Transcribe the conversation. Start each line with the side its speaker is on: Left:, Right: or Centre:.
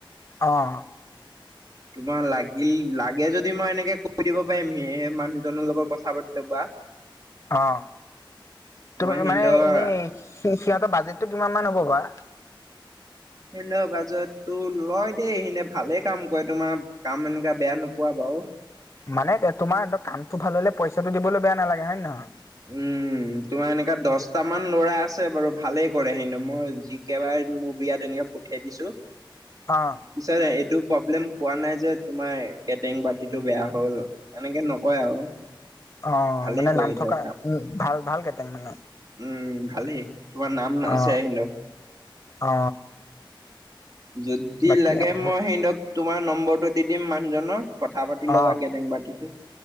Left: অঁ
Right: তোমাৰ লাগিল লাগে যদি মই এনেকে কৈ দিব পাৰিম সি মানুহজনৰ লগত কথা পাতিলে বা
Left: অ
Right: তোমাৰ
Left: তুমি
Right: সিন্দৰ
Left: মানে এনেই সিহঁতৰ বাজেটতো কিমান মান হ'ব বা
Right: সিহঁতৰ বাজেটটো লয় দেই সিনে ভালে কাম কৰে তোমাৰ কাম এনেকা বেয়া নোপোৱা বাৰু
Left: মানে তোমাৰ কামটো ভাল হ'লে পইচাটো দিবলৈ বেয়া নালাগে হয় নে নহয়?
Right: উম তোমাৰ এনেকা দহটা মান ল'ৰা আছে বাৰু ভালেই কৰে সিহঁতেও মই যি কেবাৰে মোৰ বিয়াত তেনেকা পঠিয়াই দিছো
Left: অ'
Right: পিছত এইটো প্ৰব্লেম পোৱা নাই যে তোমাৰ কেটাৰিং পাৰ্টিটো বেয়া হ'ল এনেকে নকয় আৰু
Left: অ
Right: ভালেই
Left: মানে
Right: কৰে
Left: নাম
Right: ধৰ
Left: থকা
Right: কাম
Left: উম ভাল-ভাল কেটাৰিং মানে
Right: উম, ভালেই। তোমাৰ নাম আছে
Left: অ
Right: সিহঁতৰ।
Left: অ
Right: যদি
Left: বাকী
Right: লাগে
Left: উম,
Right: মই সিহঁতক তোমাৰ নম্বৰটো দি দিম মানুহজনৰ কথা পাতি লগা
Left: অ'
Right: কেটাৰিং পাৰ্টিটো